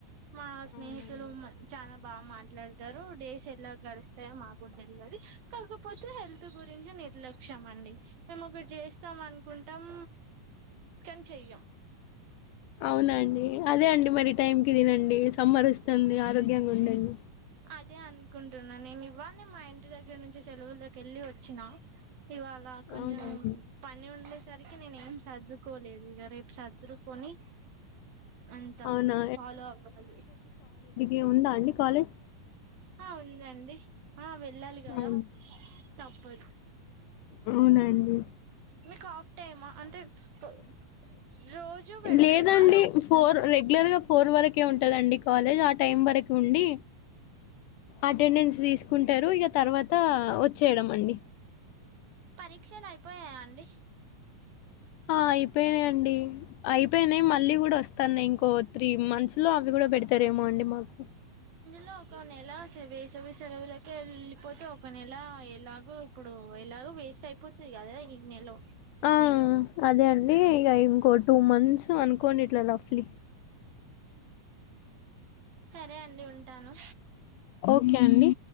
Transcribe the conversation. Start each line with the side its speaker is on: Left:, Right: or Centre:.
Right: మా స్నేహితులు
Left: అవునండి
Right: మన్ చాలా బాగా మాట్లాడతారు డేస్ ఎట్ల గడుస్తాయో మాకు తేల్వద్. ది కాకపోతే హేల్ప్. త్ గురించే నిర్లక్ష్యం అండి మేమ్ ఒకట్ జేస్తాం అన్కుంటాం. కానీ చెయ్యం.
Left: అవునండి అదే అండి మరి టైం కి తినండి సమ్మరోస్తుంది ఆరోగ్యంగుండండి.
Right: అదే అన్కుంటున్నా నేను ఇవళ్ళె మా ఇంటి దగ్గర్ నుంచి సెలవుల్లోకేల్లీ వచ్చినం. ఇవాళ కొంచం
Left: అవునండి
Right: పని ఉండేసరికి నేనేం సర్దుకోలేదు ఇగ రేప్ సర్దు. కొని అంత
Left: అవునా
Right: ఫాలో అవ్వాలి.
Left: ఇ ఉందా అండి కాలేజ్.
Right: ఆహ్ ఉందండి ఆహ్ వెళ్ళాలి గదా
Left: అవును
Right: తప్పదు.
Left: అవునండి.
Right: మీక్ హాఫ్ టైమా అంటే రో రోజు వెడ్తున్నార
Left: లేదండి
Right: లెక్.
Left: ఫోర్ రెగ్యులర్ గా ఫోర్ వరకే ఉంటదండి కాలేజ్ ఆ టైం వరకు ఉండి. అటెండెన్స్ తీస్కుంటారు ఇగ తర్వాత వొచ్చేయడం అండి.
Right: పరీక్షల్ అయిపోయాయా అండి.
Left: ఆహ్ అయిపోయినా అండి అయిపోయినాయ్ మళ్ళీ గుడ వస్తాన్నాయ్ ఇంకో త్రీ మంత్స్ లో అవ్. ఇది గుడా పెడ్తారేమో అండి మాకు.
Right: అంటె ఒక నెల సవి వేసవి సెలవులకెళ్ళిపోతే ఒక నెల ఎలాగో ఇప్పుడు ఎల. వేస్ట్ అయిపోతయ్ గదా ఈ నెలలో.
Left: ఆహ్ అదే అండి ఇగ ఇంకో టూ మంత్స్ అన్కోండిట్లా రఫ్లీ.
Right: సరే అండి ఉంటాను.
Left: ఓకే అండి.